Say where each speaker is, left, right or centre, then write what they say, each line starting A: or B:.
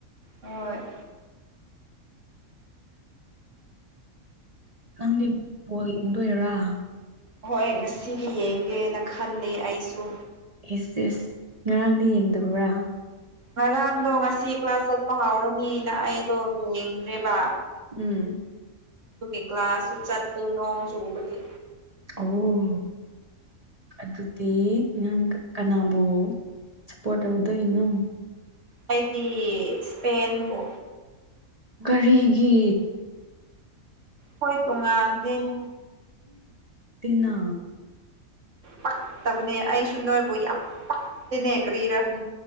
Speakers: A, on the right; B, on the right.
A: ꯍꯣꯏ
B: ꯅꯪꯗꯤ ꯕꯣꯜ ꯌꯦꯡꯗꯣꯏꯔꯥ
A: ꯍꯣꯏ ꯉꯁꯤꯗꯤ ꯌꯦꯡꯒꯦꯅ ꯈꯜꯂꯤ ꯑꯩꯁꯨ
B: ꯏꯁ ꯏꯁ ꯉꯔꯥꯡꯗꯤ ꯌꯦꯡꯗꯕ꯭ꯔꯥ
A: ꯉꯔꯥꯡꯗꯣ ꯉꯁꯤ ꯀ꯭ꯂꯥꯁ ꯆꯠꯄ ꯍꯧꯔꯅꯤꯅ ꯑꯩꯗꯣ ꯌꯦꯡꯗ꯭ꯔꯦꯕ
B: ꯎꯝ
A: ꯑꯗꯨꯒꯤ ꯀ꯭ꯂꯥꯁꯁꯨ ꯆꯠꯇꯦ ꯅꯣꯡ ꯆꯨꯕꯒꯤ
B: ꯑꯣ ꯑꯗꯨꯗꯤ ꯅꯪ ꯀꯅꯥꯕꯨ ꯁꯥꯞꯄꯣꯔꯠ ꯇꯧꯗꯣꯏꯅꯣ
A: ꯑꯩꯗꯤ ꯏꯁꯄꯦꯟꯕꯨ
B: ꯀꯔꯤꯒꯤ
A: ꯑꯩꯈꯣꯏ ꯇꯣꯉꯥꯟꯗꯦ ꯎꯝ
B: ꯇꯤꯅ
A: ꯄꯛꯇꯕꯅꯦ ꯑꯩꯁꯨ ꯅꯣꯏꯕꯨ ꯌꯥꯝ ꯄꯛꯇꯦꯅꯦ ꯀꯔꯤꯔ